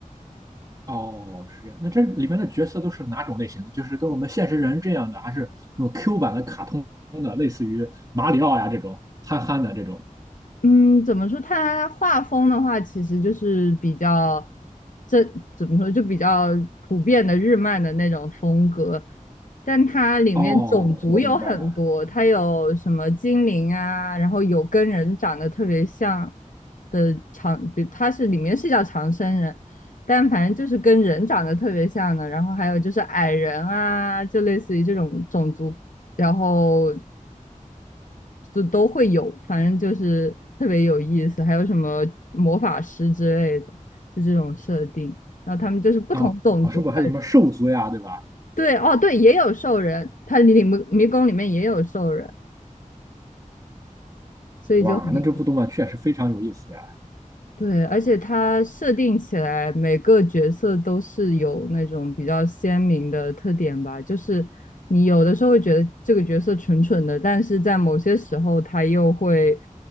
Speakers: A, on the right; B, on the left.
A: 哦，是这样。那这里面的角色都是哪种类型的？就是跟我们现实人这样的，还是那种 Q 版的卡通的，类似于马里奥呀这种憨憨的这种？
B: 嗯，怎么说？它画风的话，其实就是比较，这怎么说？就比较普遍的日漫的那种风格，但它里面种族有很多，
A: 哦，我明白了。
B: 它有什么精灵啊，然后有跟人长得特别像的长，比它是里面是叫长生人，但反正就是跟人长得特别像的，然后还有就是矮人啊，就类似于这种种族，然后。就都会有，反正就是特别有意思。还有什么魔法师之类的，就这种设定。然后他们就是不同种族的人，
A: 哦，是不是还有什么兽族呀，对吧？
B: 对，哦，对，也有兽人，他里里迷迷宫里面也有兽人，所以就很有
A: 哇，那这部动漫确实非常有意思呀。
B: 对，而且他设定起来每个角色都是有那种比较鲜明的特点吧，就是你有的时候会觉得这个角色蠢蠢的，但是在某些时候他又会，